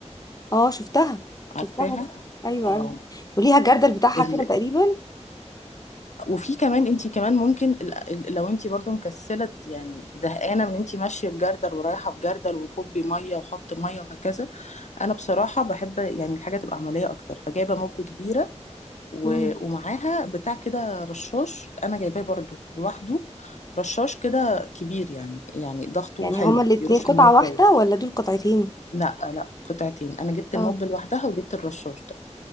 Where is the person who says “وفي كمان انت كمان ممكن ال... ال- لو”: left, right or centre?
Left